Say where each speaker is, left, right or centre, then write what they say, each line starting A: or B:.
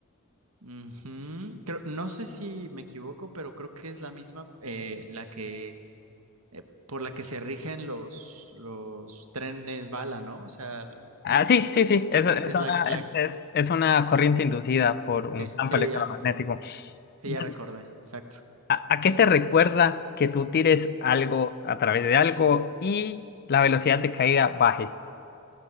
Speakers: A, on the right; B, on the left.
A: Ujú. Creo- no sé si me equivoco, pero creo que es la misma eh, la que eh, por la que se rigen los los trenes bala, ¿no? O sea, l-
B: Ah, sí, sí, sí, eso
A: sí,
B: es
A: es
B: una,
A: la que- la
B: es, es- es una corriente inducida por
A: sí,
B: un campo
A: sí
B: electromagnético.
A: ya, sí
B: Dale,
A: ya recordé, exacto.
B: ¿A, a qué te recuerda que tú tires algo a través de algo y la velocidad de caída baje?